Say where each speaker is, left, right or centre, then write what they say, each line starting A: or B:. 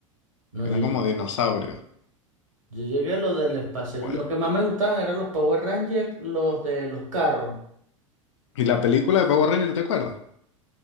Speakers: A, on the right; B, on the left.
A: No,
B: Eran
A: yo, yo
B: como dinosaurios.
A: yo llegué a los del espacio.
B: Bueno.
A: Los que más me gustaban eran los Power Rangers, los de los carros.
B: ¿Y la película de Power Rangers, te acuerdas?